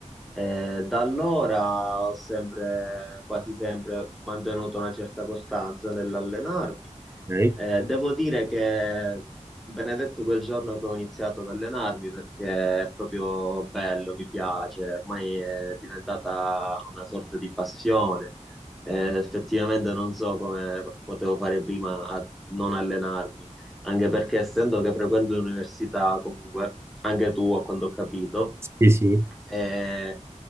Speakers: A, in the centre; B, on the right (about 20°).
A: Eh, da allora ho sempre, quasi sempre mantenuto una certa costanza nell'allenarmi.
B: Ok.
A: Eh, devo dire che benedetto quel giorno che ho iniziato ad allenarmi perché è proprio bello, mi piace, ormai è diventata una sorta di passione. Eh, effettivamente non so come potevo fare prima a non allenarmi anche perché essendo che frequento l'università comunque, anche tu a quanto ho capito,
B: Sì, sì.
A: è,